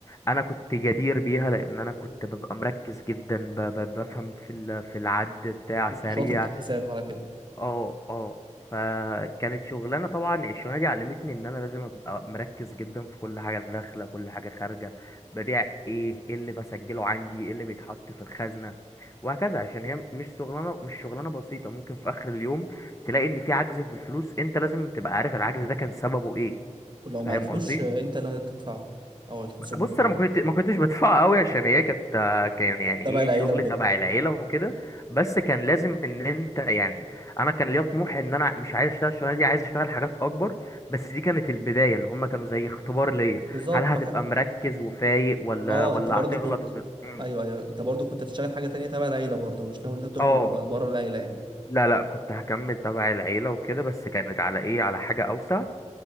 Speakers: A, on the left (about 25°); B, on the right (about 40°).
A: انا كنت جدير بيها لان انا كنت ببقى مركز جدا ب... ب... بفهم في ال... في العد بتاع
B: كنت
A: سريع
B: شاطر في الحساب على كده
A: اه اه فكانت شغلانه طبعا الشغلانه دي علمتني ان انا لازم ابقى مركز جدا في كل حاجه داخله كل حاجه خارجه ببيع ايه ايه اللي بسجله عندي ايه اللي بيتحط في الخزنه وهكذا عشان هي مش شغلانه مش شغلانه بسيطه ممكن في اخر اليوم تلاقي ان في عجز في الفلوس انت لازم تبقى عارف العجز ده كان سببه ايه
B: ولو ما
A: فاهم
B: عرفتوش
A: قصدي
B: آه، انت اللي هتدفعه او هيتخصم
A: بص
B: منك
A: انا ما كنت ما كنتش بدفع قوي عشان هي كانت كان يعني
B: تبع
A: ايه
B: العيله
A: شغل
B: وكده
A: تبع العيله وكده بس كان لازم ان انت يعني انا كان ليا طموح ان انا مش عايز اشتغل الشغلانه دي عايز اشتغل حاجات اكبر بس دي كانت البدايه اللي هم كانوا زي اختبار ليا
B: بالظبط
A: هل هتبقى
B: ما احنا
A: مركز وفايق ولا
B: اه
A: ولا
B: انت برضو
A: هتغلط
B: كنت
A: وت... م.
B: ايوه ايوه انت برضو كنت هتشتغل حاجه تانية تبع العيله برضو مش ناوي انت تخرج
A: اه
B: ب- بره العيله يعني
A: لا لا كنت هكمل تبع العيله وكده بس كانت على ايه على حاجه اوسع